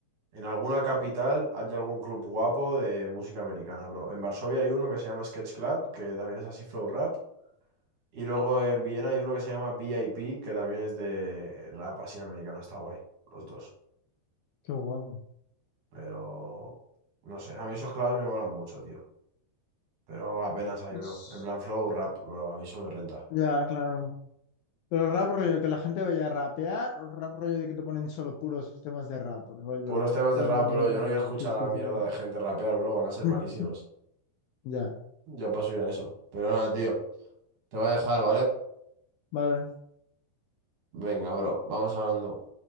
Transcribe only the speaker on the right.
En alguna capital hay algún club guapo de música americana, bro. En Varsovia hay uno que se llama Sketch Club, que también es así flow rap. Y luego en Viena hay uno que se llama VIP, que también es de rap así americano. Está guay, los dos.
Pero... No sé, a mí esos clubs me molan mucho, tío. Pero apenas hay,
bro. En plan flow rap, bro. A mí eso me renta.
Puros temas
de rap, bro. Yo no quiero escuchar
a la mierda
de gente rapear, bro. Van a ser
malísimos.
Yo paso a ir a eso. Pero nada, tío. Te voy a dejar, ¿vale?
Venga, bro. Vamos hablando.